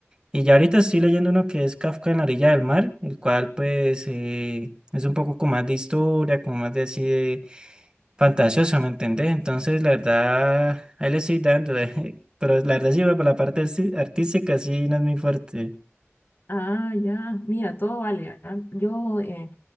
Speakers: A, on the right; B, on the left.
A: y ya ahorita estoy leyendo uno que es Kafka en la orilla del mar, el cual pues eh, es un poco como más de historia, como más de así de fantasioso, ¿me entendés? Entonces, la verdad, ahí le estoy dando, <laughs> pero la verdad sí, para la parte arti- artística sí no es muy fuerte.
B: Ah, ya, mira, todo vale. ah. Yo eh,